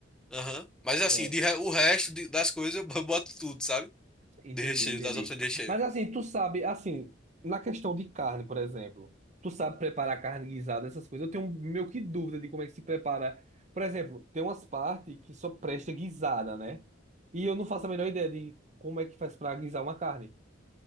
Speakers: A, in the centre; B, on the right.
A: Aham. Mas assim,
B: É.
A: de re- o resto de- das coisas eu <laughs> boto tudo, sabe?
B: Entendi,
A: De recheio,
B: entendi.
A: das opções de recheio.
B: Mas assim, tu sabe, assim, na questão de carne, por exemplo, tu sabe preparar carne guisada, essas coisas. Eu tenho meio que dúvida de como é que se prepara. Por exemplo, tem umas partes que só presta guisada, né? E eu não faço a menor ideia de como é que faz pra guisar uma carne.